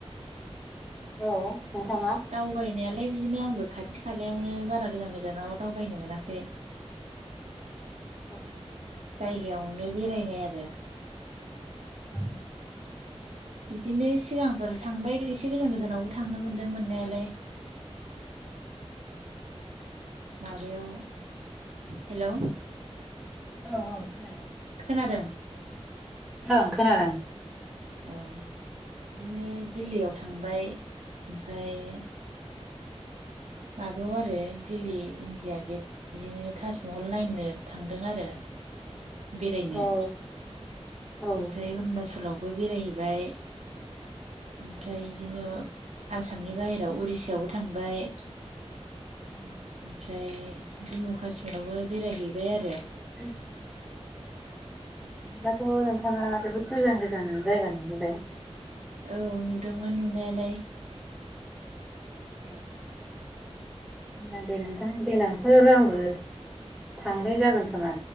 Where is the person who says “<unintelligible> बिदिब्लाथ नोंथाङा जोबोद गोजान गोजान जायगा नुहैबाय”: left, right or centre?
Centre